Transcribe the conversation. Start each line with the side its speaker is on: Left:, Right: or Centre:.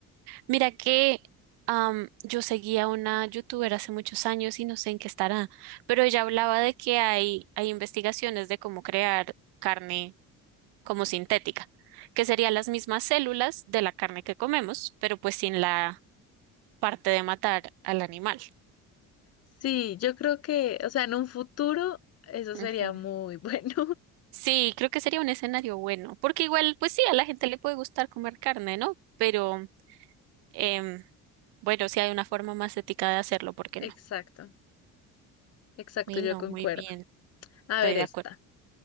Right: Mira que am, yo seguía una youtuber hace muchos años y no sé en qué estará, pero ella hablaba de que hay, hay investigaciones de cómo crear carne como sintética, que serían las mismas células de la carne que comemos, pero pues sin la parte de matar al animal.
Left: Sí, yo creo que, o sea, en un futuro eso
Right: Ujú.
Left: sería muy bueno.
Right: Sí, creo que sería un escenario bueno, porque igual, pues sí, a la gente le puede gustar comer carne, ¿no? Pero Em, bueno, si hay una forma más ética de hacerlo, ¿por qué
Left: <laughs> Exacto,
Right: no?
Left: exacto,
Right: Bueno,
Left: yo concuerdo.
Right: muy bien,
Left: A
Right: estoy
Left: ver
Right: de
Left: esta.
Right: acuerdo.